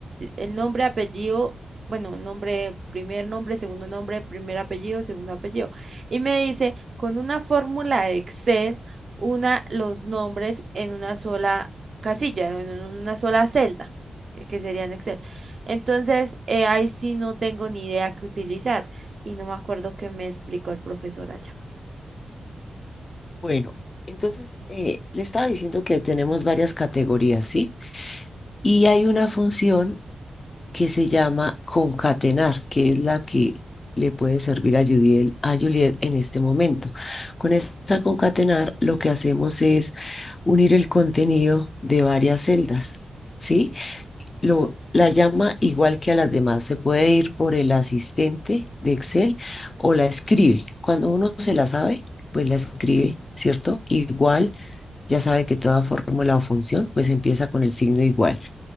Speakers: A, on the right; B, on the left.
A: el nombre, apellido, bueno, nombre, primer nombre, segundo nombre, primer apellido, segundo apellido. Y me dice, con una fórmula de Excel, una los nombres en una sola casilla, en una sola celda, eh, que sería en Excel. Entonces, eh, ahí sí no tengo ni idea qué utilizar y no me acuerdo qué me explicó el profesor allá.
B: Bueno, entonces eh, le estaba diciendo que tenemos varias categorías, ¿sí? Y hay una función que se llama concatenar, que es la que le puede servir a Juliet, a Juliet en este momento. Con esta concatenar, lo que hacemos es unir el contenido de varias celdas, ¿sí? Lo, la llama igual que a las demás. Se puede ir por el asistente de Excel o la escribe. Cuando uno se la sabe, pues la escribe, ¿cierto? Igual, ya sabe que toda fórmula o función, pues empieza con el signo igual.